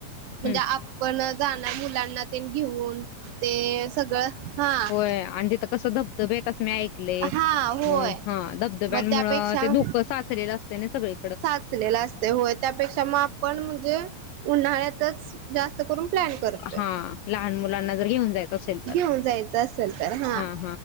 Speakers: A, on the right; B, on the left.
A: म्हणजे
B: हं.
A: आपण. जाणार मुलांना ते घेऊन ते सगळं हा.
B: तय आणि तिथं कसं धबधबे येतच नाही. ले
A: हा होय
B: म हा धबधब्यांमुळं
A: मग त्यापेक्षा
B: ते धुकं साचलेलं असते ना सगळी
A: साचलेला असत होय त्यापेक्षा म आपण म्हणजे उन्हाळ्यातच. जास्त करून प्लॅन करतोय
B: हां. लहान मुलांना जर घेऊन जायचं असेल तर.
A: घेऊन जायच. असेल तर हा.
B: हां,